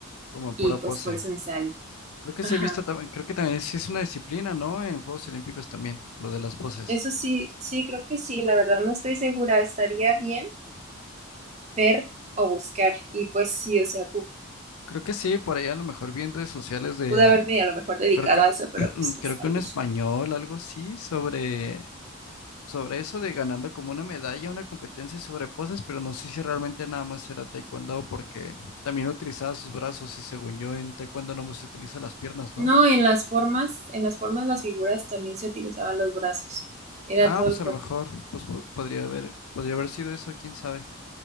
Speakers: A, on the left; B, on the right.
A: como en pura
B: Y pues
A: pose.
B: por eso me sale.
A: Creo que
B: Ajá.
A: sí he visto también, creo que también sí es una disciplina, ¿no? En Juegos Olímpicos también, lo de las poses.
B: Eso sí, sí, creo que sí, la verdad no estoy segura. Estaría bien ver o buscar. Y pues sí, o sea, pu-
A: Creo que sí, por allá a lo mejor vi en redes sociales de,
B: pude haberme a lo mejor dedicado
A: creo que,
B: a eso, pero
A: <clears throat>
B: pues me
A: creo
B: salí.
A: que un español, algo así, sobre sobre eso de ganando como una medalla, una competencia sobre poses, pero no sé si realmente nada más era taekwondo porque también utilizaba sus brazos y según yo en taekwondo no se utiliza las piernas, ¿no?
B: No, en las formas, en las formas, las figuras también se utilizaban los brazos. Era
A: Ah,
B: todo
A: pues
B: el
A: a
B: cuerpo.
A: lo mejor, pues po- podría haber, podría haber sido eso, quién sabe.